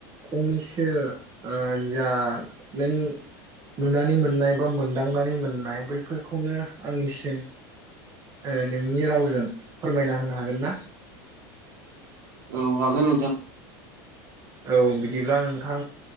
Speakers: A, on the right; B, on the right.
A: फंनैसो ओ जा। नों नुनानै मोननाय बा मोन। दांनानै मोननाय बैफोरखौनो आंनिसिम। ओ नोंनि राव फोरमायना होनो हागोन ना?
B: औ हागोन नोंथां।
A: औ बिदिब्ला नोंथां